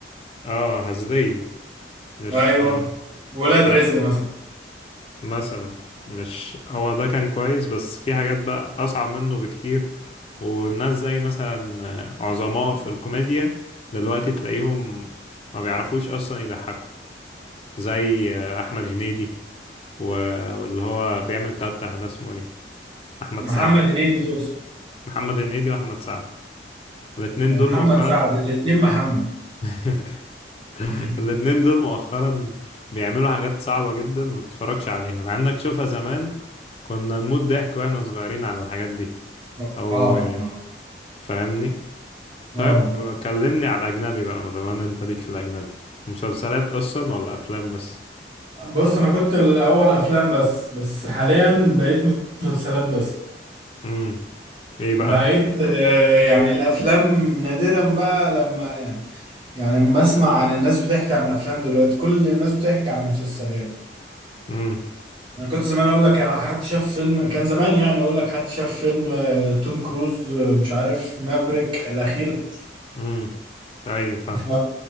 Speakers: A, on the left; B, on the right.
A: اه هزلية مش
B: ايوه
A: م...
B: ولاد
A: آه
B: رزق مثلا
A: مثلا مش هو ده كان كويس بس في حاجات بقى أصعب منه بكتير وناس زي مثلا آه، عظماء في الكوميديا دلوقتي تلاقيهم ما بيعرفوش أصلا يضحكوا زي آه، أحمد هنيدي و- واللي هو بيعمل تتح ده اسمه ايه أحمد
B: محمد
A: سعد
B: هنيدي توصل
A: محمد هنيدي وأحمد سعد الاتنين
B: ومحمد
A: دول مؤخرا
B: سعد الاتنين محمد
A: <laughs>
B: <laughs>
A: الاتنين دول مؤخرا بيعملوا حاجات صعبة جدا ما تتفرجش عليها مع انك تشوفها زمان كنا نموت ضحك واحنا صغيرين على الحاجات دي
B: اه
A: او
B: اه
A: يعني فاهمني طيب
B: اه
A: كلمني على الاجنبي بقى ما دام انت ليك في الاجنبي مسلسلات اصلا ولا افلام بس
B: بص انا كنت الاول افلام بس بس حاليا بقيت مسلسلات بس
A: امم ايه بقى
B: بقيت آه، يعني الافلام نادرا بقى لما يعني يعني لما اسمع عن الناس بتحكي عن افلام دلوقتي كل الناس بتحكي عن مسلسلات
A: امم
B: انا كنت زمان اقول لك يعني حد شاف فيلم كان زمان يعني اقول لك حد شاف فيلم آه، توم كروز آه، مش عارف مافريك الاخير
A: امم ايوه فاهم
B: ف